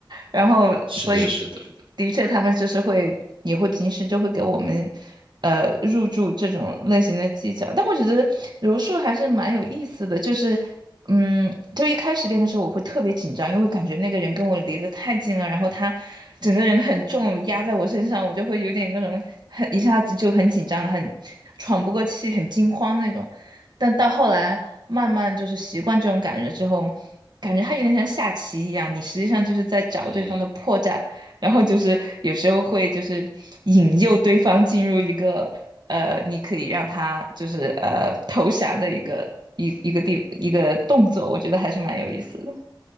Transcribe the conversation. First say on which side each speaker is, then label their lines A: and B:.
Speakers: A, on the right; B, on the right.
A: 然后所以是，
B: 是的，是的。
A: 的确他们就是会也会平时就会给我们呃入驻这种类型的技巧，但我觉得柔术还是蛮有意思的，就是嗯，就一开始练的时候我会特别紧张，因为感觉那个人跟我离得太近了，然后他整个人很重压在我身上，我就会有点那种很一下子就很紧张，很喘不过气，很惊慌那种。但到后来慢慢就是习惯这种感觉之后，感觉它有点像下棋一样，你实际上就是在找对方的破绽，
B: 嗯，
A: 然后就是有时候会就是引诱对方进入一个呃，你可以让他就是呃投降的一个一一个地一个动作，我觉得还是蛮有意思的。